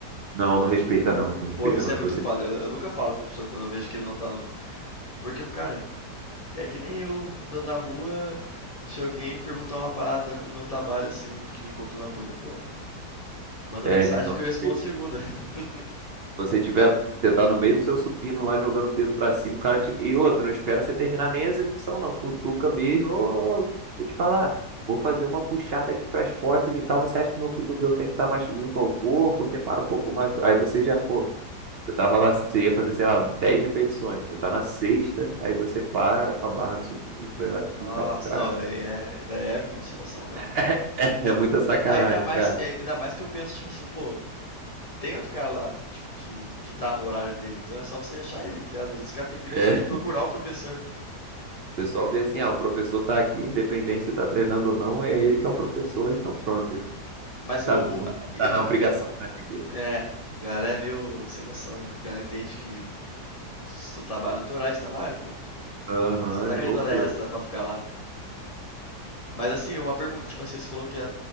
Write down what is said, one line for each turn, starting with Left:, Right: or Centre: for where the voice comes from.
Right: Não, não respeita não, não respeita
Left: Pô, isso
Right: não.
Left: é muito
Right: Se você,
Left: foda. Eu, eu nunca falo com o professor quando eu vejo que ele não tá. No... Porque, eu fico, cara, é que nem eu andando na rua, se alguém perguntar uma parada do meu trabalho, assim, porque me encontrou na rua, eu, pô, manda
Right: é,
Left: mensagem
Right: eles não
Left: que
Right: respeitam.
Left: eu respondo segunda. <laughs>
Right: Se você tiver, você tá no meio do seu supino lá jogando peso pra cima, o cara te... E outro, não espera você terminar nem a execução não, cutuca mesmo. Ô, ô, deixa eu te falar, vou fazer uma puxada aqui pras costas e tal, você acha que meu cotovelo tem que estar mais junto ao corpo? Você para um pouco mais... Aí você já, pô, você tava lá, você ia fazer, sei lá, 10 repetições, você tá na sexta, aí você para com a barra do supino, vai lá explicar
Left: Nossa,
Right: pro cara.
Left: não, daí é, daí é muito sem noção mesmo.
Right: <laughs> É muita sacanagem,
Left: Ainda mais,
Right: cara.
Left: é, ainda mais que eu penso, tipo assim, pô, tem outro cara lá, tipo, que, que tá no horário dele, então é só você achar ele, tá ligado? Às vezes o cara tem preguiça
Right: É.
Left: de procurar o professor.
Right: O pessoal vê assim, ah, o professor tá aqui, independente se tá treinando ou não, é ele que é o professor, então pronto, ele
Left: Mas
Right: tá,
Left: eu, o, e
Right: tá
Left: a
Right: na
Left: tua,
Right: obrigação, né, entendeu?
Left: É, a galera é meio sem noção, né? A galera entende que tu- se tu trabalha no teu horário de trabalho, pô.
Right: Aham,
Left: Você não tá
Right: é
Left: ganhando
Right: loucura.
Left: hora extra pra ficar lá. Mas assim, uma pergunta, tipo assim, você falou que a-